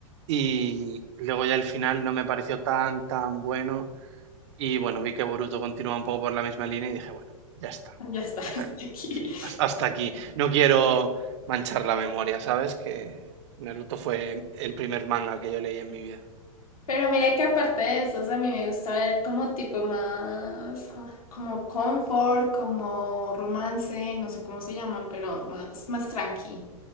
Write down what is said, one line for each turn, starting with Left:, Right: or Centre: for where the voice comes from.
Right: y luego ya el final no me pareció tan, tan bueno. Y bueno, vi que Boruto continuaba un poco por la misma línea y dije, bueno, ya está,
Left: Ya está,
Right: ya
Left: <laughs> hasta
Right: se ha-
Left: aquí.
Right: dije, "Has- hasta aquí. No quiero manchar la memoria, ¿sabes? Que Naruto fue el primer manga que yo leí en mi vida.
Left: Pero mira que aparte de esos, a mí me gusta ver como tipo más, ah, como confort, como romance, no sé cómo se llaman, pero más, más tranqui.